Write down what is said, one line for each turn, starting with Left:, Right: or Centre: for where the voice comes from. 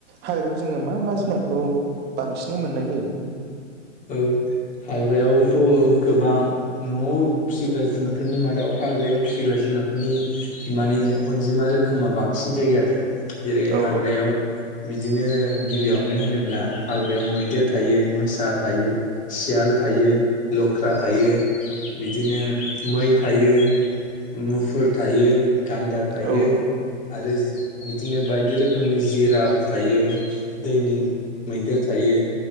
Right: हाग्रायाव जोङो मा मा जुनारखौ बांसिनै मोननाय जायो ।
Left: औ हाग्रायावथ' गोबां न'आव फिसिग्रा जुनारफोरनि मादायाव हाग्रायाव फिसिग्रा जुनारफोरनि माने अनजिमा रोखोमा बांसिन जायो आरो । जेरै
Right: औ
Left: हाग्रायाव बिदिनो गिबियावनो होनोब्ला हाग्रायाव मैदेर थायो मोसा थायो सियाल थायो, लख्रा थायो बिदिनो मै थायो मुफुर थायो । गान्दा थायो
Right: औ
Left: । आरो बिदिनो बायदि रोखोमनि जिराफ थायो दैनि मैदेर थायो